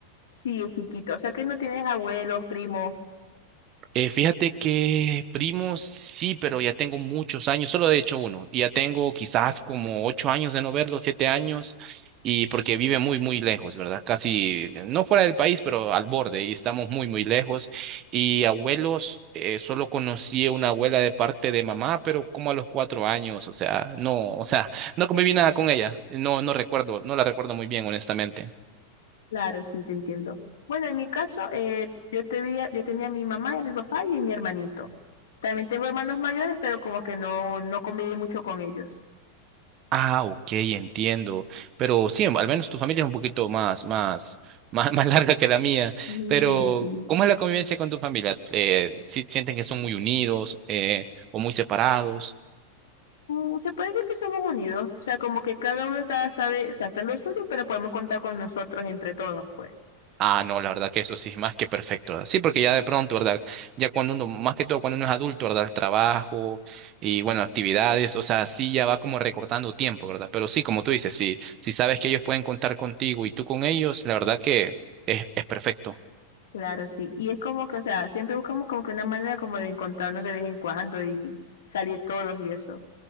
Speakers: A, on the left (about 60°); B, on the right (about 35°).
A: Sí, es chiquito. O sea que no tienes abuelos, primos.
B: Eh, fíjate que primos sí, pero ya tengo muchos años, solo he hecho uno, y ya tengo quizás como ocho años de no verlo, siete años, y porque vive muy, muy lejos, ¿verdad? Casi, eh, no fuera del país, pero al borde, y estamos muy, muy lejos. Y abuelos, eh, solo conocí a una abuela de parte de mamá, pero como a los cuatro años, o sea, no, o sea, no conviví nada con ella, no, no recuerdo, no la recuerdo muy bien, honestamente.
A: Claro, sí, te entiendo. Bueno, en mi caso, eh, yo tenía, yo tenía a mi mamá y a mi papá y a mi hermanito. También tengo hermanos mayores, pero como que no, no conviví mucho con ellos.
B: Ah, ok, entiendo. Pero sí, al menos tu familia es un poquito más, más, <laughs> más, más larga que la mía.
A: Mm,
B: Pero,
A: Sí, sí.
B: ¿cómo es la convivencia con tu familia? Eh, si- ¿sienten que son muy unidos eh, o muy separados?
A: Mm, Se puede decir que somos unidos. O sea, como que cada uno está, sabe, o sea, está en lo suyo, pero podemos contar con nosotros entre todos, pues.
B: Ah, no, la verdad que eso sí es más que perfecto, ¿verdad? Sí, porque ya de pronto, ¿verdad? Ya cuando uno, más que todo cuando uno es adulto, ¿verdad? El trabajo y, bueno, actividades, o sea, sí ya va como recortando tiempo, ¿verdad? Pero sí, como tú dices, sí, si sabes que ellos pueden contar contigo y tú con ellos, la verdad que es, es perfecto.
A: Claro, sí. Y es como que, o sea, siempre buscamos como que una manera como de encontrarnos de vez en cuando y salir todos y eso.